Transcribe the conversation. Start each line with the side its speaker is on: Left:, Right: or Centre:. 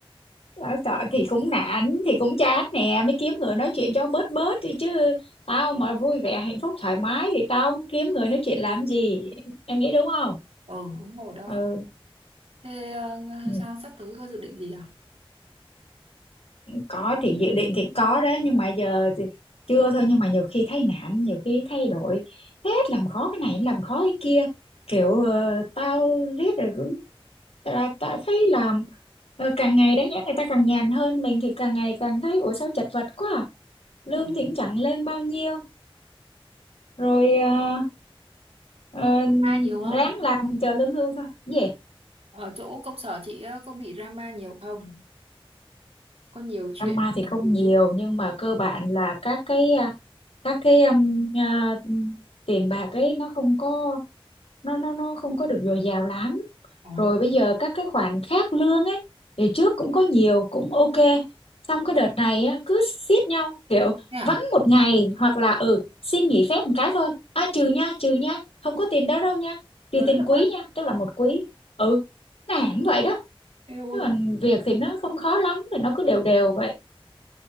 Left: Tao sợ thì cũng nản thì cũng chán nè mới kiếm người nói chuyện cho bớt bớt đi chứ tao mà vui vẻ hạnh phúc thoải mái thì tao kiếm người nói chuyện làm gì em nghĩ đúng không
Right: Ừ, đúng rồi đó.
Left: ừ
Right: Thế ờ,
Left: ừ.
Right: sao sắp tới có dự định gì à?
Left: có thì dự định thì có đấy nhưng mà giờ thì chưa thôi nhưng mà nhiều khi thấy nản nhiều khi thay đổi hết làm khó cái này làm khó cái kia kiểu ờ, tao riết rồi cũng là tao thấy làm ờ, càng ngày đáng nhẽ người ta càng nhàn hơn mình thì càng ngày càng thấy ủa sao chật vật quá à? lương
Right: Ừ.
Left: thì cũng chẳng lên bao nhiêu rồi ờ, ờ,
Right: Drama nhiều
Left: ráng
Right: không?
Left: làm chờ lương hưu thôi gì
Right: Ở chỗ công sở chị ờ, có bị drama nhiều không? Có nhiều chuyện.
Left: drama thì không
Right: Ừ.
Left: nhiều nhưng mà cơ bản là các cái à, các cái um, à, tiền bạc ấy nó không có nó nó nó không có được dồi dào lắm
Right: Ờ,
Left: rồi bây giờ các cái khoản khác lương ấy thì trước cũng có nhiều cũng ok xong cái đợt này á, cứ xiết nhau kiểu
Right: thế à?
Left: vắng một ngày hoặc là ừ xin nghỉ phép một cái thôi à trừ nha trừ nha không có tiền đó đâu nha trừ
Right: Trời
Left: tiền
Right: đất
Left: quý
Right: ơi.
Left: nha tức là một quý ừ nản vậy đó
Right: Ê ôi,
Left: Thế còn việc thì nó không khó lắm thì nó cứ đều đều vậy